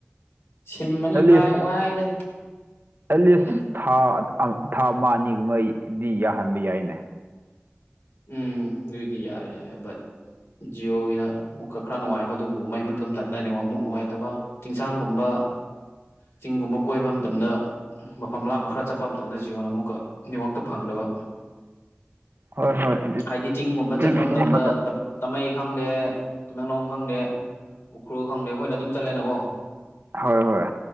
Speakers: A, on the left (about 75°); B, on the right (about 55°).
A: ꯁꯤꯝ
B: ꯑꯦꯠꯂꯤꯁ
A: ꯑꯅꯤ ꯄꯥꯏ ꯋꯥꯏꯗ
B: ꯑꯦꯠꯂꯤꯁ
A: ꯍꯨꯝ
B: ꯊꯥ ꯊꯥ ꯑꯃꯥ ꯑꯅꯤꯒꯨꯝꯕꯩꯗꯤ ꯌꯥꯍꯟꯕ ꯌꯥꯏꯅꯦ
A: ꯎꯝ ꯑꯗꯨꯗꯤ ꯌꯔꯤ ꯌꯥꯔꯤ ꯕꯠ ꯖꯤꯌꯣꯒꯤꯅ ꯑꯃꯨꯛꯀ ꯈꯔ ꯅꯨꯡꯉꯥꯏꯕ ꯑꯗꯨꯕꯨ ꯃꯩ ꯃꯨꯠꯄ ꯃꯇꯝꯗꯅ ꯅꯦꯠꯋꯥꯛ ꯑꯃꯨꯛ ꯅꯨꯡꯉꯥꯏꯇꯕ꯫ ꯆꯤꯡꯁꯥꯡꯒꯨꯝꯕ ꯆꯤꯡꯒꯨꯝꯕ ꯀꯣꯏꯕ ꯃꯇꯝꯗ ꯃꯐꯝ ꯂꯥꯞꯅ ꯈꯔ ꯆꯠꯄ ꯃꯇꯝꯗ ꯖꯤꯌꯣꯟꯅ ꯑꯃꯨꯛꯀ ꯅ꯭ꯦꯋꯥꯛꯇꯣ ꯐꯪꯗꯕ꯫
B: ꯍꯣꯏ ꯍꯣꯏ꯫
A: ꯍꯥꯏꯗꯤ ꯆꯤꯡꯒꯨꯝꯕ ꯆꯠꯄ
B: ꯁꯤꯝ
A: ꯃꯇꯝꯗ ꯇꯥꯃꯩ ꯈꯪꯗꯦ ꯇꯃꯦꯡꯂꯣꯡ ꯈꯪꯗꯦ ꯎꯈ꯭ꯔꯨꯜ ꯈꯪꯗꯦ ꯑꯈꯣꯏꯅ ꯑꯗꯨꯝ ꯆꯠꯂꯦꯅꯀꯣ꯫
B: ꯍꯣꯏ ꯍꯣꯏ꯫